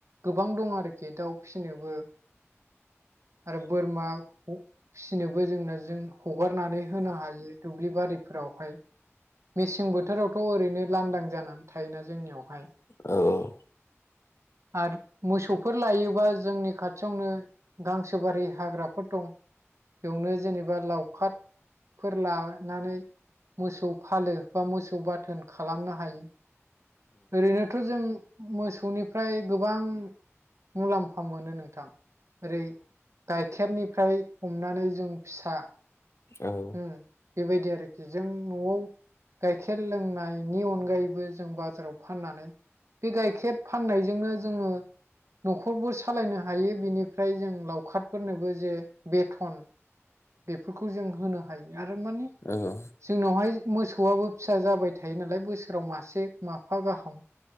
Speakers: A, on the right; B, on the left.
A: गोबां दं आरोखि दाउ फिसिनोबो आरो बोरमा फिसिनोबो जोंनो जों हगारनानै होनो हायो दुब्लि बारि फोरावहाय मेसें बोथोरावथ' ओरैनो लांदां जानानै थायोना जोंनियावहाय
B: औ औ
A: आरो मोसौफोर लायोबा जोंनि खाथियावनो गांसो बारि हाग्राफोर दं बेयावनो जेनेबा लावखार फोर लानानै मोसौ फालो बा मोसौ बाथोन खालामनो हायो ओरैनोथ' जों मोसौनिफ्राय गोबां मुलाम्फा मोनो नोंथां ओरै गाइखेरनिफ्राय हमनानै जों फिसा
B: ओ
A: उम बेबायदि आरोखि जों न'वाव गाइखेर लोंनायनि अनगायैबो जों बाजाराव फाननानै बे गाइखेर फाननायजोंनो जोङो न'खरबो सालायनो हायो बिनिफ्राय जों लावखारफोरनोबो जे बेथन बेफोरखौ जों होनो हायो आरो माने
B: नंगौ
A: जोंनावहाय मोसौआबो फिसा जाबाय थायो नालाय मोसौ जेराव मासे माफा गाहाम